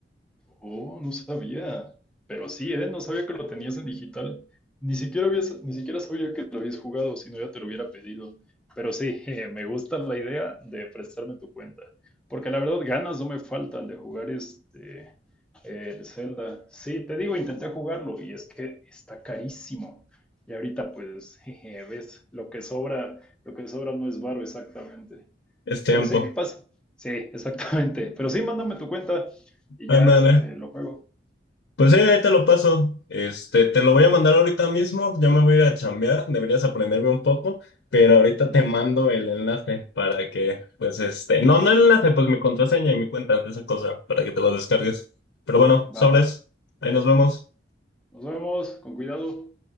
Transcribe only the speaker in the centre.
Oh, no sabía. Pero sí, ¿eh? No sabía que lo tenías en digital. Ni siquiera habías- ni siquiera sabía que lo habías jugado, si no ya te lo hubiera pedido. Pero sí, <laughs> jeje, me gusta la idea de prestarme tu cuenta. Porque la verdad, ganas no me faltan de jugar este el Zelda. Sí, te digo, intenté jugarlo y es que está carísimo. Y ahorita, pues, <laughs> jeje, ves, lo que sobra, lo que sobra no es varo exactamente.
Pero sí, pasa. Sí, exactamente. Pero sí, mándame tu cuenta y
ya este, lo juego.
Mm.
Va.
Nos vemos, con cuidado.